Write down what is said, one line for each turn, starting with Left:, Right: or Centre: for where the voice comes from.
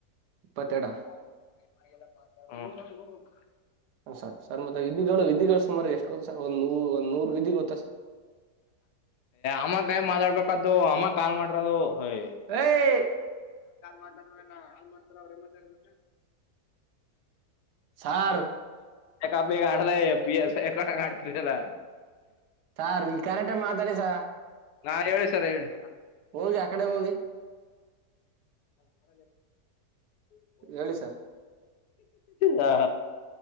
Right: ಇಪ್ಪತ್ತೆಡ
Left: <inaudible>
Right: ಸರ್ ಸರ್ ಮತ್ತೆ ವಿಧಿಗಳು ವಿಧಿಗಳು ಸುಮಾರ ಎಷ್ಟುೋ ಸರ್ ಒಂದೂ ಒಂದ ನೂರು ವಿಧಿ ಗೊತ್ತಾ ಸರ್
Left: ಅಮಕ್ ಮಾತಾಡ್ಬೇಕಾದ್ದು ಅಮ್ಮಕ್ ಕಾಲ್ ಮಾಡ್ರದು ಹಯ್
Right: <inaudible>
Left: ಕಾ ಮಾತಾಡ್ರ ನಾ ಕಲ್ ಮಾಡ್ತಾರ ಅವ್ರೇ ಮಾತಾಡ್ಬ
Right: ಸಾರ್
Left: ಕಾಪಿ ಕಡಲ ಪಿ ಎಸ್ ಎಕ ಕತಲ್ಲ
Right: ಸಾರ್ ಕ್ಯಾರೆಕ್ಟರ್ ಮಾತಾಡಿ ಸ
Left: ನಾ ಹೇಳಿ ಸರ ಹೇಳಿ
Right: ಹೋಗಿ ಆ ಕಡೆ ಹೋಗಿ
Left: <inaudible> ಮರ ಬ
Right: ಹೇಳಿ ಸರ್
Left: ಹಾ